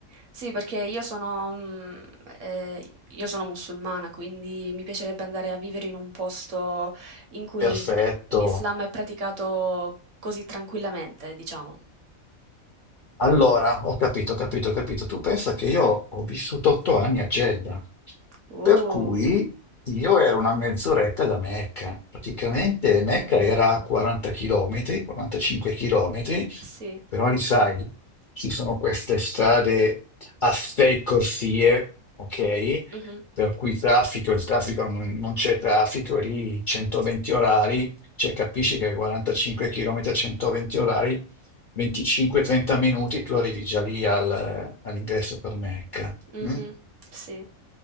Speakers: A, on the right (about 65°); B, on the left (about 60°).
A: sì, perché io sono, mm, eh, io sono musulmana, quindi mi piacerebbe andare a vivere in un posto in cui
B: Perfetto.
A: l'Islam è praticato così tranquillamente, diciamo.
B: Allora, ho capito, ho capito, ho capito. Tu pensa che io ho vissuto otto anni a Jeddah,
A: Uh.
B: per cui io ero una mezz'oretta da Mecca. Praticamente Mecca
A: Bella.
B: era a 40 km, 45 km,
A: Sì.
B: però li sai, ci sono queste strade a sei corsie, ok?
A: Mh-mh,
B: Per cui traffico, il traffico non, non c'è traffico, lì 120 orari, cioè capisci che 45 km a 120 orari 25-30 minuti tu arrivi già lì al- all'ingresso per Mecca.
A: mh-mh.
B: mm?
A: Sì.